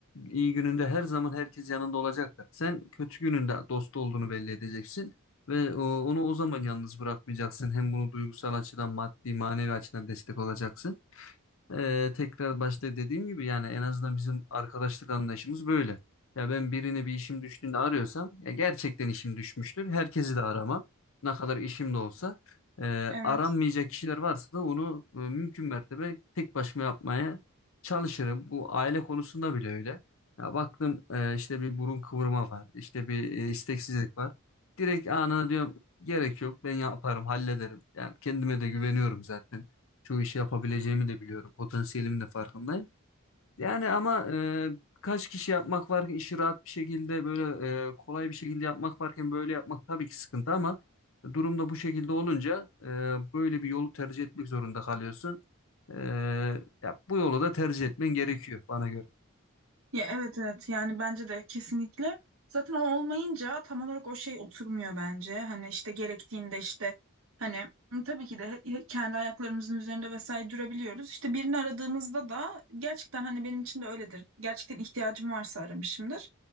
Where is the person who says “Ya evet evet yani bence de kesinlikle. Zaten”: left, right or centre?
Right